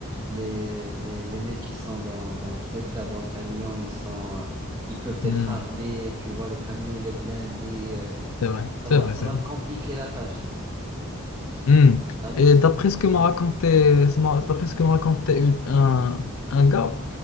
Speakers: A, on the right (about 20°); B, on the left (about 75°).
A: les, les, les mecs qui sont dans, dans le truc là, dans le camion, ils sont, euh, ils peuvent être
B: Hum,
A: armés. Tu vois, le camion, il est blindé. euh,
B: C'est vrai,
A: ça
B: c'est
A: va,
B: vrai,
A: ça
B: c'est
A: va
B: vrai.
A: te compliquer la tâche.
B: Hmm.
A: T'as vu,
B: Et
A: c'est
B: d'après
A: pour
B: ce
A: ça.
B: que m'a raconté, ce m'a- d'après ce que m'a raconté une- un, un gars,